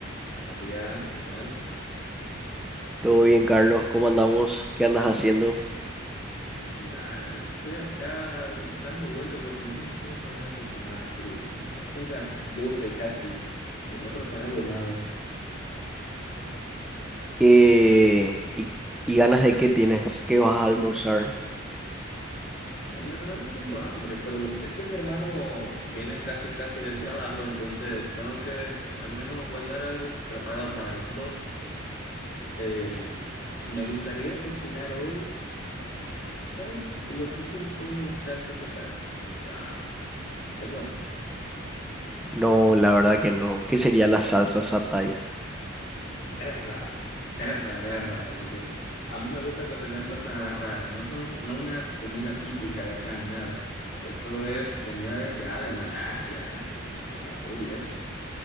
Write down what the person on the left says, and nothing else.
Hola Matías, ¿qué tal?
Mira, estoy acá dando vuelta porque no me quiero parar a cocinar, tú. Ya son las 12 casi y no he preparado nada.
¿Y tú?
En verdad no tengo hambre, pero es que mi hermano viene casi casi del trabajo, entonces tengo que al menos guardar algo preparado para los dos. Eh, me gustaría cocinar hoy, ¿sabes? Lo que es un pollo en salsa satay. Ah, ¿te suena?
Es raro, es raro, es raro, porque a mí me gusta cocinar cosas raras, no son, no una comida típica de acá ni nada. Eso es comida de allá, de Malasia, Singapur y eso.